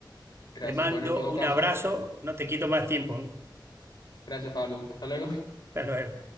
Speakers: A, on the left (about 60°); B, on the right (about 30°).
A: Gracias.
B: Te mando
A: Bueno, en todo
B: un
A: caso,
B: abrazo, no te quito más tiempo.
A: gracias, Pablo. Hasta luego.
B: Hasta luego.